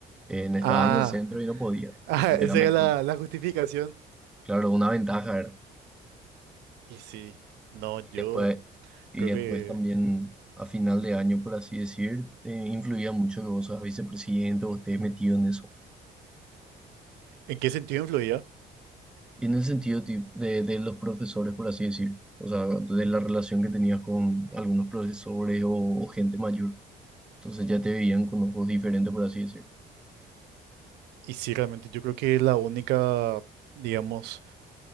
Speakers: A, in the centre; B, on the right (about 80°).
A: eh, no estabas
B: Ah,
A: en el centro y no
B: <laughs>
A: podías.
B: ah,
A: Entonces
B: esa
A: era mejor.
B: era la, la justificación.
A: Claro, una ventaja era.
B: Y sí, no, yo
A: Y después, y
B: creo
A: después
B: que,
A: también a final de año, por así decir, eh, influía mucho que vos seas vicepresidente o estés metido en eso.
B: ¿en qué sentido influía?
A: Y en el sentido ti- de, de los profesores, por así decir, o sea, de la relación que tenías con algunos profesores o, o gente mayor, entonces ya te veían con ojos diferentes, por así decir,
B: Y sí, realmente yo creo que la única, digamos,